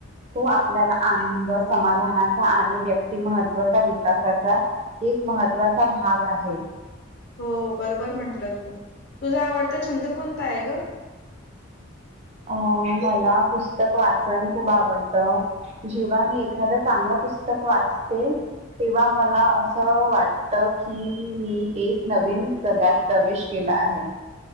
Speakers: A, on the right (about 30°); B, on the left (about 55°).
A: तो आपल्याला आनंद समाधानाचा आणि व्यक्तिमहत्त्वाचा विकासाचा एक महत्वाचा भाग आहे
B: हो बरोबर म्हंटलं तू तुझा आवडता छंद कोणता आहे ग
A: अ मला पुस्तक वाचन खूप आवडतं जेव्हा मी एखाद चांगलं पुस्तक वाचते तेव्हा मला असं वाट की मी एक नवीन जगत प्रवेश केला आहे